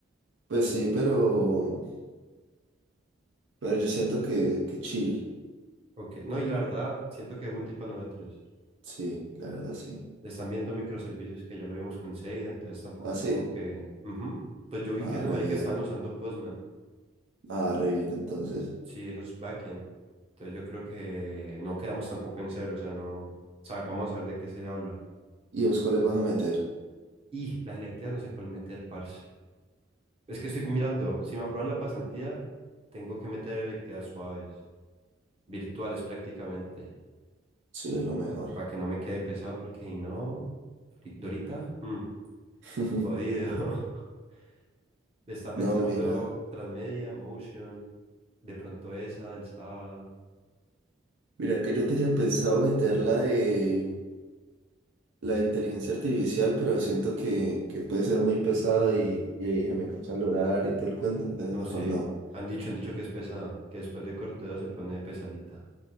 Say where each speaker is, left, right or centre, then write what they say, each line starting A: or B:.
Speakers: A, on the right; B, on the right.
A: Pues sí, pero, pero yo siento que, que chill,
B: Ok, no, y la verdad, siento que es útil para nosotros.
A: sí, la verdad sí.
B: Le están viendo microservicios que ya lo vimos con Seida, entonces tampoco
A: ¿Ah,
B: es
A: sí?
B: como que... ujú. Pues yo vi
A: Ah,
B: que esos
A: re
B: maricas
A: bien,
B: estaban usando Postman.
A: ah, re bien entonces.
B: Sí, eso es backend. Entonces yo creo que no quedamos tampoco en cero, o sea, no... sa- Vamos a ver de qué se habla.
A: ¿Y vos cuáles vas a meter?
B: Y las electivas no sé cuál meter, parce. Es que estoy mirando, si me aprueban la pasantía, tengo que meter electivas suaves, virtuales prácticamente.
A: Sí, lo mejor.
B: para que no me quede pesado, porque si no, Dori- Dorita, mm,
A: <laughs>
B: jodido. <laughs> Está pensando
A: No, mira.
B: Transmedia, Motion, de pronto esa del sábado.
A: Mira, que yo tenía pensado meter la de la inteligencia artificial, pero siento que, que puede ser muy pesado y, y ahí se me cruza el horario y todo el cuento, entonces
B: No
A: mejor
B: sé,
A: no.
B: han dicho, han dicho que es pesada, que después de Corteo se pone pesadita.